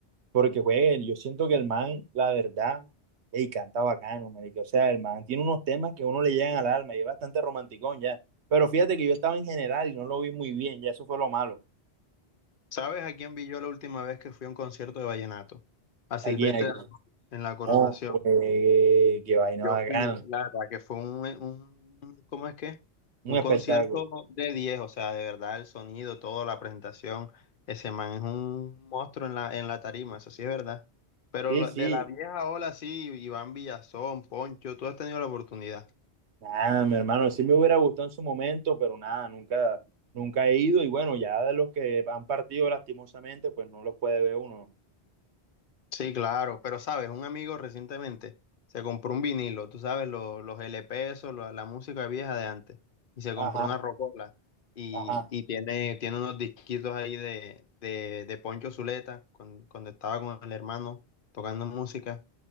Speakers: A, on the right; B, on the left.
A: Porque juegue, yo siento que el man, la verdad, ey, canta bacano, marica. O sea, el man tiene unos temas que a uno le llegan al alma y es bastante romanticón ya. Pero fíjate que yo estaba en general y no lo vi muy bien, ya eso fue lo malo.
B: ¿Sabes a quién vi yo la última vez que fui a un concierto de vallenato? A Silvestre
A: Aquí, aquí.
B: en la Coronación.
A: Oh, juegue, qué vaina
B: Yo
A: bacana.
B: fui, la verdad, que fue un, un- ¿cómo es que? Un
A: Un espectáculo.
B: concierto de 10, o sea, de verdad, el sonido, todo, la presentación. Ese man es un monstruo en la, en la tarima, eso sí es verdad. Pero
A: Sí,
B: lo-
A: sí.
B: de la vieja ola, sí, Iván Villazón, Poncho, tú has tenido la oportunidad.
A: Nada, mi hermano, sí me hubiera gustado en su momento, pero nada, nunca, nunca he ido. Y bueno, ya de los que han partido lastimosamente, pues no los puede ver uno. ¿no?
B: Sí, claro, pero sabes, un amigo recientemente se compró un vinilo, tú sabes, lo- los LP, eso, lo- la música vieja de antes, y se compró
A: Ajá,
B: una rocola y,
A: ajá.
B: y tiene, tiene unos disquitos ahí de, de, de Poncho Zuleta cuando, cuando estaba con el hermano tocando música.